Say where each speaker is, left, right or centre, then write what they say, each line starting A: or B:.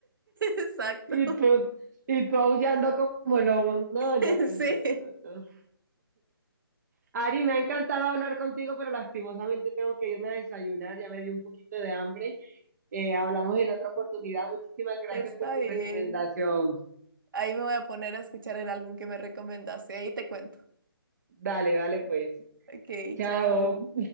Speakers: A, on the right; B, on the right.
A: exacto.
B: Y tú, y tú aullando como lobo. No, no,
A: <laughs>
B: no,
A: Sí,
B: no, no. Ari, me ha encantado hablar contigo, pero lastimosamente tengo que irme a desayunar, ya me dio un poquito de hambre. Eh, hablamos en otra oportunidad. Muchísimas gracias
A: está
B: por tu
A: bien.
B: recomendación.
A: Ahí me voy a poner a escuchar el álbum que me recomendaste. Ahí te cuento.
B: Dale, dale pues.
A: Ok,
B: Chao.
A: chao.